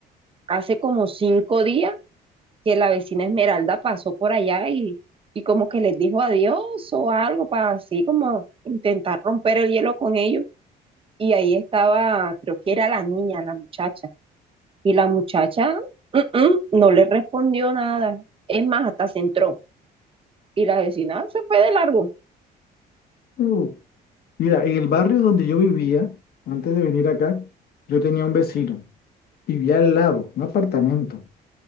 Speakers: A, on the right; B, on the left.
A: hace como cinco días que la vecina Esmeralda pasó por allá y, y como que les dijo adiós o algo para así como intentar romper el hielo con ellos. Y ahí estaba, creo que era la niña, la muchacha. Y la muchacha mm, mm, no le respondió nada. Es más, hasta se entró. Y la vecina se fue de largo.
B: Uh, Mira, en el barrio donde yo vivía, antes de venir acá, yo tenía un vecino, vivía al lado, un apartamento,